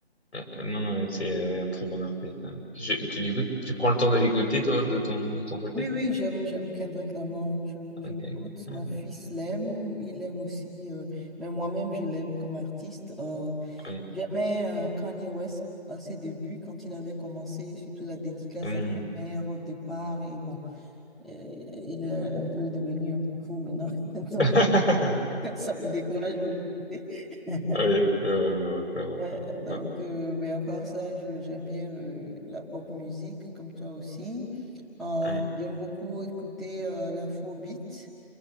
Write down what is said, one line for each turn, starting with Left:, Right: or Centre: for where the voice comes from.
Left: euh, euh, non, non, c'est euh, un très bon artiste. hein. Je- tu, du coup, tu prends le temps de l'écouter, toi, de ton, de ton côté?
Centre: Oui, oui, j'aime, j'aime Kendrick Lamar, je, je
Left: Ok,
Centre: l'écoute.
Left: ok. Ah,
Centre: Mon fils l'aime, il aime aussi, euh, mais moi-même, je l'aime comme artiste. Euh,
Left: oui.
Centre: j'aimais euh, Kanye West à ses débuts, quand il avait commencé, surtout la dédicace
Left: Mm.
Centre: à sa mère au départ, et bon, euh, il est un peu devenu un peu fou maintenant, <laughs>
Left: <laughs>
Centre: donc ça me décourage de l'écouter. <laughs>
Left: Ouais, c'est vrai, c'est vrai, c'est vrai,
Centre: Ouais,
Left: c'est vrai.
Centre: donc,
Left: Bon,
Centre: euh, mais à part ça, je- j'aime bien le, la pop musique, comme toi aussi. Euh,
Left: Ouais.
Centre: j'aime beaucoup écouter euh, l'afrobeat.